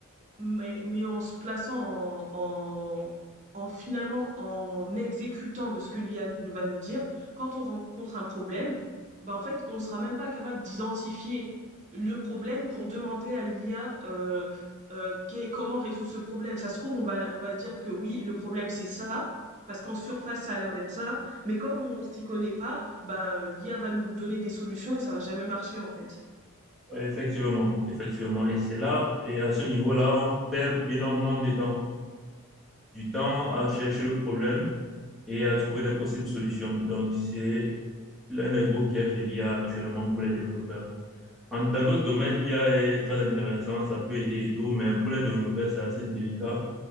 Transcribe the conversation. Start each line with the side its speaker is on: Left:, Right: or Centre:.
Right: mais, mais en se plaçant en, en, en finalement en exécutant de ce que l'IA nous va nous dire, quand on rencontre un problème, bah en fait, on ne sera même pas capable d'identifier le problème pour demander à l'IA euh, euh, que- comment résoudre ce problème. Ça se trouve, on va, on va dire que oui, le problème c'est ça, parce qu'en surface, ça a l'air d'être ça, mais comme on s'y connaît pas, bah, l'IA va nous donner des solutions et ça va jamais marcher en fait.
Centre: Oui, Effectivement, effectivement. Et c'est là, et à ce niveau-là, on perd énormément de temps. Du temps à chercher le problème et à trouver des possibles solutions. Donc, c'est l'un des gros pièges de l'IA actuellement pour les développeurs. En- Dans d'autres domaines, l'IA est très intéressant, ça peut aider et tout, mais pour les développeurs, c'est assez délicat